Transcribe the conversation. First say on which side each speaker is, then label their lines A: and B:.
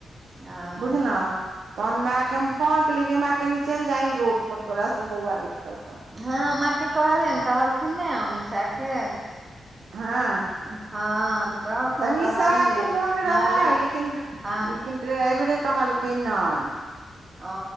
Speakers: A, on the right; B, on the right.
A: हँ
B: बुझलहुँ तहन मायके हम फोन केलियै कि माय कनि चलि जाही रोडपर तोरासँ बौआ भेठ करतौ
A: हँ माँके कहलियनि कहलखिन नहि अमिसा के
B: हँ
A: हँ कहलखिन
B: अमिसा
A: कहलियै
B: के मोन
A: हँ
B: रहै लेकिन
A: हँ
B: लेकिन ड्राइवरे कहलकै नहि
A: ओ